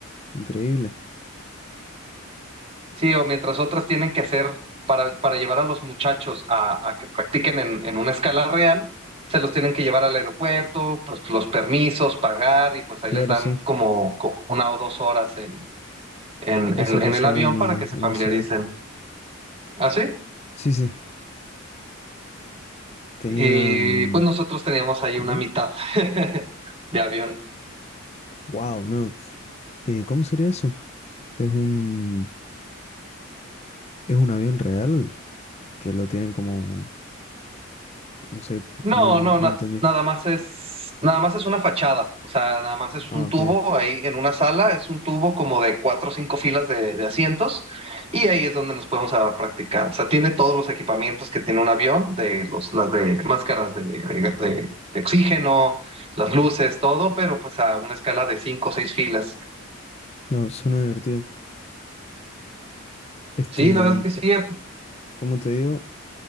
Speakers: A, on the left; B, on the right.
A: Increíble.
B: Sí, o mientras otras tienen que hacer para, para llevar a los muchachos a, a que practiquen en, en una escala real, se los tienen que llevar al aeropuerto, pues los permisos, pagar y pues ahí
A: Claro,
B: les dan
A: sí.
B: como, co- una o dos horas en, en,
A: Eso
B: en, en
A: pasaba
B: el avión
A: en mi,
B: para que se
A: en
B: familiaricen.
A: mi ciudad.
B: ¿Así?
A: Sí, sí. Tenían...
B: Y pues nosotros teníamos ahí
A: Bueno.
B: una mitad <laughs> de avión.
A: Wow, no. Eh, ¿cómo sería eso? Es un... Es un avión real que lo tienen como... No sé,
B: No,
A: no, no
B: no, na-
A: entendí.
B: nada más es, nada más es una fachada, o sea, nada más es
A: Ah,
B: un tubo
A: ok.
B: ahí en una sala, es un tubo como de cuatro o cinco filas de, de asientos y ahí es donde nos podemos a practicar. O sea, tiene todos los equipamientos que tiene un avión, de los, las de máscaras de, de- de oxígeno, las luces, todo, pero pues a una escala de cinco o seis filas.
A: No, suena divertido. Este...
B: Sí, la verdad es que sí, eh,
A: Como te digo,